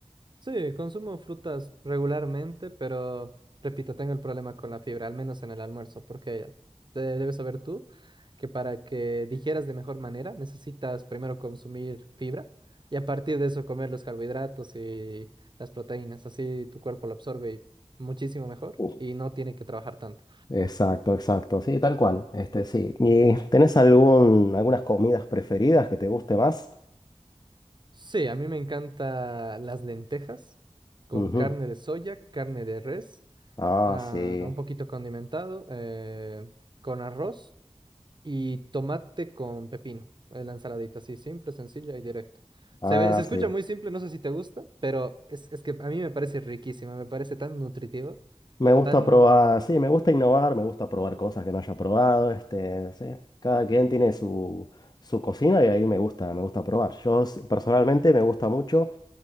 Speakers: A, on the right; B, on the left.
A: Sí, consumo frutas regularmente, pero repito, tengo el problema con la fibra, al menos en el almuerzo, porque te debes saber tú que para que digieras de mejor manera necesitas primero consumir fibra y a partir de eso comer los carbohidratos y las proteínas. Así tu cuerpo lo absorbe y muchísimo mejor
B: Mm.
A: y no tiene que trabajar tanto.
B: Exacto, exacto. Sí, tal cual. Este, sí. ¿Y tenés algún, algunas comidas preferidas que te guste más?
A: Sí, a mí me encantan las lentejas con
B: Ujú.
A: carne de soya, carne de res,
B: Ah,
A: ah,
B: sí.
A: un poquito condimentado, eh, con arroz y tomate con pepino. eh, La ensaladita, así simple, sencilla y directa. Se
B: Ah,
A: ve, se escucha
B: sí.
A: muy simple, no sé si te gusta, pero es, es que a mí me parece riquísima, me parece tan nutritivo,
B: Me gusta
A: tan...
B: probar, sí, me gusta innovar, me gusta probar cosas que no haya probado. Este, sí. Cada quien tiene su, su cocina y ahí me gusta, me gusta probar. Yo s- personalmente me gusta mucho.